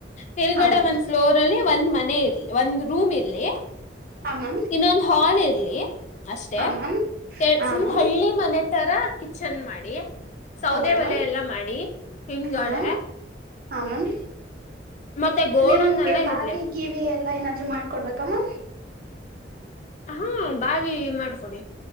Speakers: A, on the left; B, on the right.
A: ನಿಲ್ಗಡೆ
B: ಹಾ ಮ್ಯಾಮ್
A: ಒಂದ್ ಫ್ಲೋರ್ ಅಲ್ಲಿ ಒಂದ್ ಮನೆ ಇರ್ಲಿ ಒಂದು್ ರೂಮ್ ಇರ್ಲಿ
B: ಹಾ ಮ್ಯಾಮ್
A: ಇನ್ನೊಂದು್ ಹಾಲ್ ತ ಇಲ್ಲಿ ಅಷ್ಟೇ
B: ಹಾ ಮ್ಯಾಮ್
A: ಕೆ
B: ಹಾ
A: ಫುಲ್
B: ಮ್ಯಾಮ್
A: ಹಳ್ಳಿ ಮನೆ ತರ ಚಂದ ಮಾಡಿ ಸೌದೆ
B: ಓಕೆ ಮ್ಯಾಮ್
A: ಒಲೆ ಎಲ್ಲ ಮಾಡಿ ಹಿಂಗಳೆ
B: ಹಾ ಮ್ಯಾಮ್ ಹಾ ಮ್ಯಾಮ್
A: ಮತ್ತೆ ಗೋಡನ್ನೆಲ್ಲ
B: ನಿಮ್ಗೆ ಬಾವಿ
A: ಇರ್ಲಿ
B: ಗೀವಿ ಎಲ್ಲಾ ಏನಾದ್ರು ಮಾಡ್ಕೊಡ್ಬೇಕಮ್ಮ
A: ಹಾ ಬಾವಿ ಮಾಡ್ಕೊಡಿ